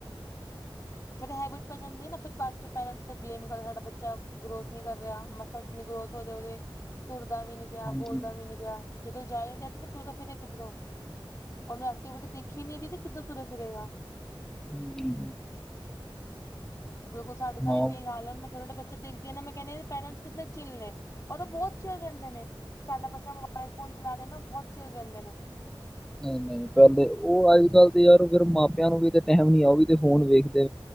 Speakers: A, on the left; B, in the centre.
A: ਫੇਿਰ ਹੈਬਿਟ ਪੈ ਜਾਂਦੀ ਨਾ ਫਿਰ ਬਾਅਦ ਚੋਂ ਪੇਰੈਂਟ ਫਿਰ ਬਲੇਮ ਕਰਦਾ ਸਾਡਾ ਬੱਚਾ ਗਰੋਥ ਨੀ ਕਰ ਰਿਹਾ ਮਸਲਸ ਨੀ ਗਰੋਥ ਹੋ ਜਾ ਉਹਦੇ ਤੁਰਦਾ ਵੀ ਨੀ ਪਿਆ
B: ਹਾਂਜੀ
A: ਬੋਲਦਾ ਵੀ ਨੀ ਪਿਆ ਜਦੋਂ ਜਾਇ <unintelligible> ਤੇ ਫਿਰ ਤੁਰੇ ਫਿਰੇ ਕਿੱਧਰੋਂ ਉਹਨੂੰ ਐਕਟੀਵਿਟੀ ਦਿਖ ਨ ਰਹੀ ਤੇ ਕਿੱਦਾਂ ਤੁਰੇ ਫਿਰੇਗਾ
B: ਹਾਂਜੀਾਂ
A: ਬਿਲਕੁਲ ਸਾਡੇ ਸਾਈਡ
B: ਨਾ
A: ਵੀ ਇਹੀ ਹਾਲ ਹੈ ਮੈਂ ਥੋੜੇ ਅੱਛਾ ਦੇਖਦੀ ਨਾ ਮੈਂ ਕਹਿੰ ਪੈਰੈਂਟਸ ਕਿੰਨੇ ਚਿੱਲ ਨੇ ਔਰ ਉਹ ਬਹੁਤ ਚਿਲ ਰਹਿੰਦੇ ਨੇ ਸਾਡਾ ਬੱਚਾ ਮੋਬਾਇਲ ਫੋਨ ਚਲਾ ਰਿਹਾ ਨਾ ਉਹ ਬਹੁਤ ਚਿਲ ਰਹਿੰਦੇ ਨੇ
B: ਨਹੀਂ ਨਹੀਂ ਪਹਿਲੇ ਉਹ ਅੱਜ ਕੱਲ ਤੇ ਯਾਰ ਫਰ ਮਾਪਿਆਂ ਨੂੰ ਵੀ ਤੇ ਟਾਈਮ ਨ ਆ ਉਹ ਵੀ ਤੇ ਫੋਨ ਵੇਖਦੇ